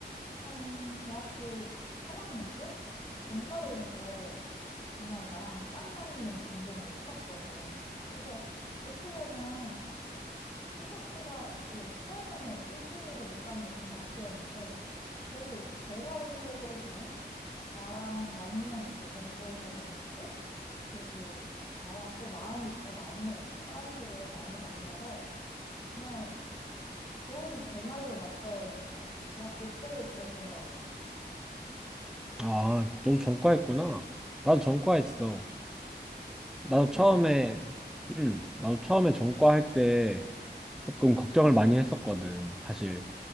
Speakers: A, on the left; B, in the centre.
A: 한 대학교 3학년 때 전과를 해서 정말 나랑 딱 맞는 전공을 찾았거든. 그래서 어찌 보면 생각보다 이렇게 처음에는 1순위를 못 간 게 조금 아쉬웠는데, 그래도 결과론적으로 보면 나랑 맞는 이제 전공을 만났고, 그리고 나와 또 마음이 잘 맞는 사람들을 많이 만나서 정말 좋은 결말로 났던 대학교 시절을 보냈던 것 같아.
B: 아, 너도 전과했구나. 나도 전과했어. 나도
A: 아, 정말?
B: 처음에, 응, 나도 처음에 전과할 때 조금 걱정을 많이 했었거든. 사실,